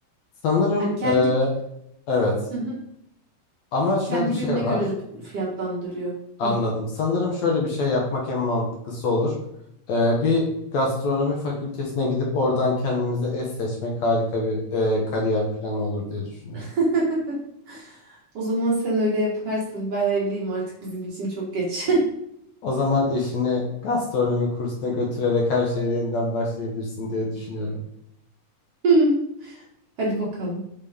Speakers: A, on the left; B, on the right.
A: Sanırım
B: Hani kendi
A: e, evet.
B: Hı hı.
A: Ama şöyle
B: kendi
A: bir şey
B: gününe
A: var.
B: göre de fiyatlandırıyor.
A: Anladım.
B: Hı.
A: Sanırım şöyle bir şey yapmak en mantıklısı olur. E, bir gastronomi fakültesine gidip oradan kendimize eş seçmek harika bir e, kariyer planı olur diye düşünüyorum.
B: <laughs> O zaman sen öyle yaparsın. Ben evliyim artık bizim için çok geç.
A: O zaman eşini gastronomi kursuna götürerek her şeye yeniden başlayabilirsin diye düşünüyorum.
B: <laughs> Hadi bakalım.